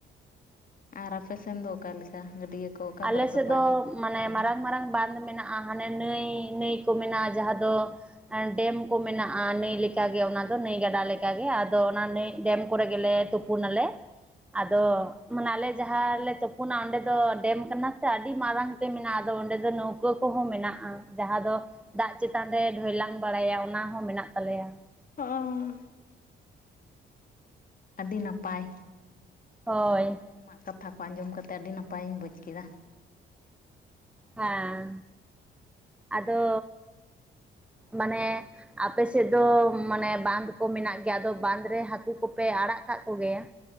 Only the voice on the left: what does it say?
ᱟᱨ ᱟᱯᱮ ᱥᱮᱱ ᱫᱚ ᱚᱠᱟᱮᱠᱟ ᱜᱟᱹᱰᱭᱟᱹ ᱠᱚ ᱚᱠᱟ
ᱠᱚᱨᱮᱫ ᱯᱮ
ᱛᱩᱯᱩᱱᱟ
ᱟᱸ ᱟᱹᱰᱤ ᱱᱟᱯᱟᱭ,
ᱟᱢᱟᱜ ᱠᱟᱛᱷᱟ ᱠᱚ ᱟᱸᱡᱚᱢ ᱠᱟᱛᱮ ᱟᱹᱰᱤ ᱱᱟᱯᱟᱭ ᱤᱧ ᱵᱩᱡᱽ ᱠᱮᱫᱟ,